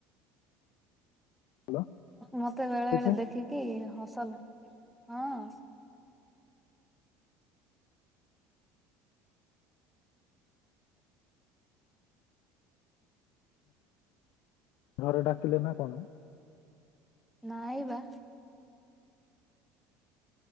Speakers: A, on the left; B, in the centre.
A: ହ୍ୟାଲୋ
B: ମତେ ବେଳେ
A: ଶୁଣୁଛେ
B: ବେଳେ ଦେଖିକି ହସ ଲା, ହଁ।
A: ଘରେ ଡାକିଲେ, ନା କଣ?
B: ନାଇ ବା।